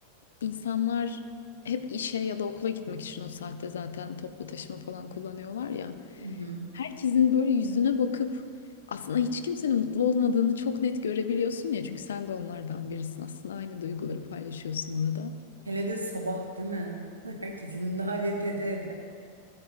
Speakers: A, on the left; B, on the right.
A: insanlar hep işe ya da okula gitmek için o saatte zaten toplu taşıma falan kullanıyorlar ya.
B: Hı hı.
A: herkesin böyle yüzüne bakıp aslında hiç kimsenin mutlu olmadığını çok net görebiliyorsun ya. Çünkü sen de onlardan birisin. Aslında aynı duyguları paylaşıyorsun orada.
B: Hele de sabah değil mi? <laughs> Herkesin nalet ede ede.